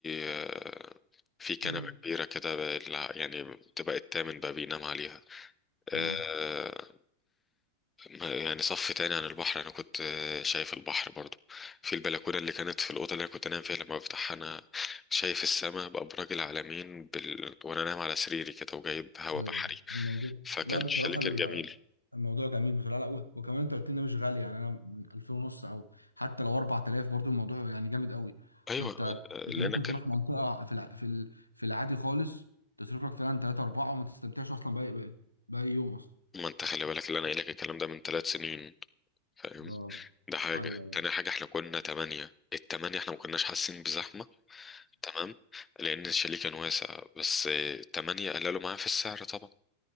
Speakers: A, on the left (about 15°); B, on the left (about 85°).
A: آه في كنبة
B: مم.
A: كبيرة كده بقى- يعني تبقى التامن بقى بينام عليها آه،
B: امم
A: ما- يعني صف تاني عن البحر انا كنت آه، شايف البحر برضو في البلكونه اللي كانت في الاوضه اللي انا كنت انام فيها لما بفتحها انا شايف السماء بابراج العلمين بال... وانا نايم على سريري كده وجايب هوا
B: ايوه
A: بحري
B: الموضوع
A: فكان
B: لا بصراحه
A: الشاليه كان جميل
B: الموضوع جميل بصراحه لا و- وكمان انت قلت لنا مش غالي يعني انا 2000 ونص او حتى لو 4000 برضو الموضوع يعني جامد قوي
A: ايوه
B: ده انت
A: آه، اللي
B: انت ممكن
A: انا كان
B: تروح منطقه في الع... في ال... في العادي خالص تصرف لك فعلا 3 4 وما تستمتعش اصلا باي باي باي يوم اصلا
A: ما انت خلي بالك اللي انا قايل لك الكلام ده من ثلاث سنين فاهم
B: اه
A: ده حاجه
B: ايوه ايوه
A: تاني حاجه احنا كنا تمانية التمانية احنا ما كناش حاسين بزحمه تمام لان الشاليه كان واسع بس آه، تمانية قللوا معاه في السعر طبعا